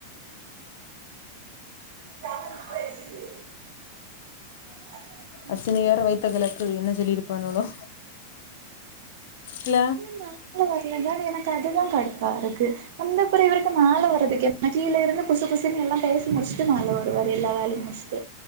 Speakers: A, on the right; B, on the left.
A: <unintelligible> <inaudible>
B: அசினியிர வயித்த கலக்குறது என்ன சொல்லியிருப்பானுங்களோ இல்ல
A: மா வரலதா எனக்கு அதுதா கடுப்பா இருக்கு வந்தபுறோ இவருக்கு மேல வரதுக்க என்ன கீழ இருந்து குசு குசுனு எல்லா பேசி முடிச்சுட்டு மேல வருவாரு எல்ல வேலையு முடிச் சிட்டு